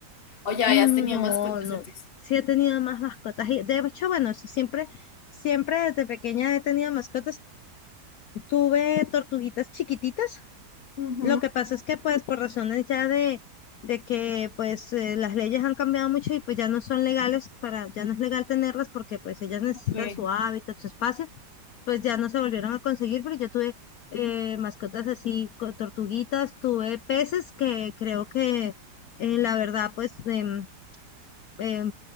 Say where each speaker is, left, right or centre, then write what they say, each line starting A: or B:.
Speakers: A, on the left (about 40°); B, on the left (about 65°).
A: ¿O ya
B: Mm,
A: habías tenido
B: No,
A: mascotas
B: no.
A: antes?
B: Sí he tenido más mascotas. Y de hecho, bueno, sí, siempre, siempre desde pequeña he tenido mascotas. Tuve tortuguitas chiquititas.
A: Ujú,
B: Lo que pasa es que, pues, por razones ya de, de que, pues, eh, las leyes han cambiado mucho y pues ya no son legales para, ya no es legal tenerlas porque, pues, ellas necesitan
A: ok.
B: su hábitat, su espacio. Pues ya no se volvieron a conseguir, pero yo tuve eh, mascotas así, co- tortuguitas, tuve peces que creo que eh, la verdad, pues, de eh,